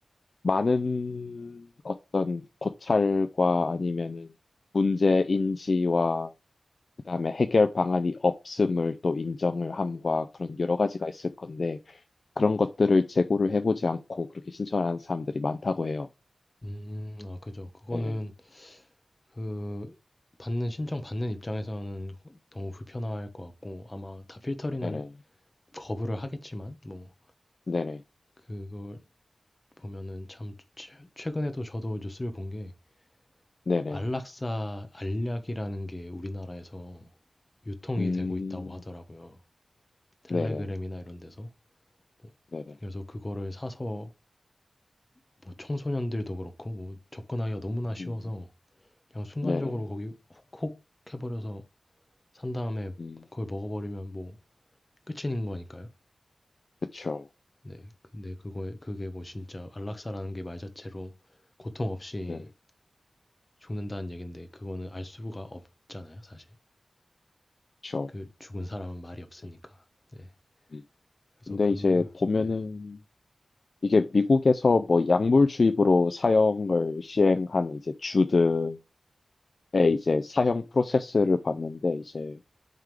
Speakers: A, on the left (about 50°); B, on the left (about 20°).
A: 많은 어떤 고찰과 아니면은 문제 인지와 그다음에 해결 방안이 없음을 또 인정을 함과 그런 여러 가지가 있을 건데 그런 것들을 제고를 해보지 않고 그렇게 신청을 하는 사람들이 많다고 해요.
B: 음. 아 그죠. 그거는
A: 네,
B: 그 받는 신청 받는 입장에서는 너무 불편할 것 같고 아마 다 필터링을
A: 네네,
B: 거부를 하겠지만 뭐
A: 네네,
B: 그걸 보면은 참 최 최근에도 저도 뉴스를 본 게
A: 네네,
B: 안락사 알약이라는 게 우리나라에서 유통이
A: 음,
B: 되고 있다고 하더라고요. 텔레그램이나
A: 네네,
B: 이런 데서. 뭐
A: 네네,
B: 그래서 그거를 사서 뭐 청소년들도 그렇고 뭐 접근하기가 너무나 쉬워서
A: 음,
B: 그냥 순간적으로
A: 네네,
B: 거기 혹혹 해버려서 산 다음에
A: 음,
B: 그걸 먹어버리면 뭐 끝인 거니까요.
A: 그쵸,
B: 네. 근데 그거에 그게 뭐 진짜 안락사라는 게 말 자체로 고통 없이
A: 네네,
B: 죽는다는 얘긴데 그거는 알 수가 없잖아요, 사실.
A: 그쵸.
B: 그 죽은 사람은 말이 없으니까.
A: 음.
B: 네.
A: 음.
B: 그래서
A: 근데
B: 그
A: 이제 보면은
B: 네.
A: 이게 미국에서 뭐 약물 주입으로 사형을 시행하는 이제 주들의 이제 사형 프로세스를 봤는데 이제